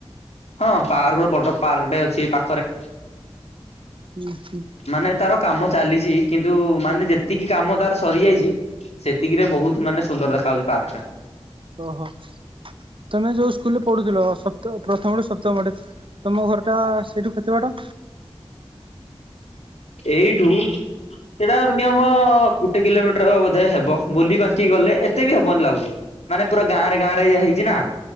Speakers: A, on the left (about 85°); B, on the right (about 55°).
A: ହଁ ପାର୍କ ଗୋଟେ ବଡ଼ ପାର୍କଟେ ଅଛି ଏଇ ପାଖରେ।
B: ହୁଁ ହୁଁ।
A: ମାନେ ତାର କାମ ଚାଲିଛି କିନ୍ତୁ ମାନେ ଯେତିକି କାମ ତାର ସରିଯାଇଛି ସେତିକି ରେ ବହୁତ ମାନେ ସୁନ୍ଦର ଦେଖାଯାଉଛି ପାର୍କଟା।
B: ଓହୋ ତମେ ଯୋଉ ସ୍କୁଲରେ ପଢୁଥିଲ ସପ୍ତମ ପ୍ରଥମ ରୁ ସପ୍ତମ ପାଠ ତମ ଘର ଟା ସେଇଠୁ କେତେ ବାଟ।
A: ଏଇଠୁ ସେଇଟା ମିନିମମ ଗୋଟେ କିଲୋମିଟର ବୋଧେ ହେବ ବୁଲି ବାଙ୍କି ଗଲେ ଏତେ ବି ହେବନି ଲାଗୁଛି। ମାନେ ପୁରା ଗାଁ ରେ ଗାଁରେ ଇଏ ହେଇଛି ନା